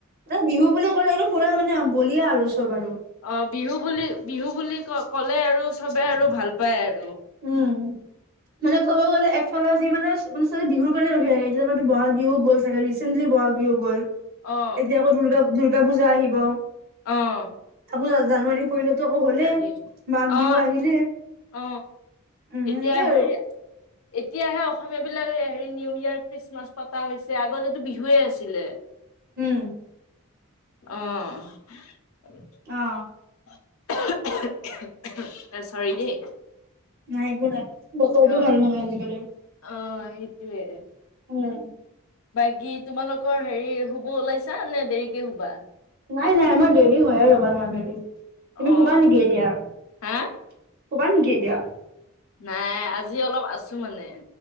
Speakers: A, on the right; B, on the left.
A: এ বিহু বুলি ক'লে আৰু পুৰা মানে বলিয়া আৰু চব আৰু
B: অ বিহু বুলি বিহু বুলি ক ক'লে আৰু চবে আৰু ভাল পায় আৰ।
A: উম মানে ক'ব গ'লে একফালে যি মানে বিহুৰ কাৰণে ৰখি থাকে এতিয়া মানে বহাগ বিহু গ'ল চাগে ৰিচেণ্টলী বিহু গ'ল।
B: অ
A: এতিয়া আকৌ দুৰ্গা দুৰ্গা পূজা আহিব।
B: অ অ
A: আকৌ জানুৱাৰী পৈলত হলে
B: আহি আছো।
A: মাঘ
B: অ
A: বিহু আহিলে
B: অ
A: উম
B: এতিয়া
A: সেনেকে আৰু
B: হেৰি এতিয়াহে অসমীয়া বিলাক হেৰি নিউ ইয়াৰ খ্ৰীষ্টমাছ পতা হৈছে আগতেটো বিহুৱে আছিলে।
A: উম
B: অহ
A: অ
B: চৰি দেই
A: নাই একো নাই বতাৰটোও
B: অ
A: ভাল নহয় আজিকালি
B: অ সেইটোৱে
A: উম
B: বাকী তোমালোকৰ হেৰি শুব ওলাইছা নে দেৰিকে শুবা।
A: নাই নাই আমাৰ দেৰি হয়ে ৰবা নৰ্মেলি তুমি
B: অ
A: শুবা নেকি এতিয়া। শুবা
B: হা
A: নেকি এতিয়া।
B: নাই আজি অলপ আছো মানে